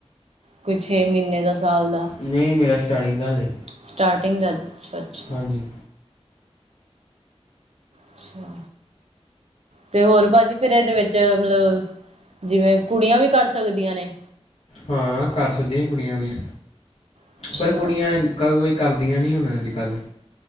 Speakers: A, on the right; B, on the left.
A: ਕੋਈ ਛੇ ਮਹੀਨੇ ਦਾ, ਸਾਲ ਦਾ
B: ਨਹੀਂ, ਮੇਰਾ ਸਟਾਰਟਿੰਗ ਦਾ ਹਾਲੇ
A: ਸਟਾਰਟਿੰਗ ਦਾ, ਅਛਾ-ਅੱਛਾ।
B: ਹਾਂਜੀ।
A: ਅੱਛਾ। ਤੇ' ਹੋਰ ਭਾਜੀ ਫਿਰ ਇਹਦੇ ਵਿੱਚ ਮਤਲਬ, ਜਿਵੇਂ ਕੁੜੀਆਂ ਵੀ ਕਰ ਸਕਦੀਆਂ ਨੇ?
B: ਹਾਂ ਕਰ ਸੱਦੀਆਂ ਕੁੜੀਆਂ ਵੀ,
A: ਅੱਛਾ
B: ਪਰ ਕੁੜੀਆਂ ਲੋਕੱਕਾਂ ਕੋਈ ਕਰਦੀਆਂ ਨਹੀਂ ਹੁਣ, ਅੱਜ ਕੱਲ੍ਹ।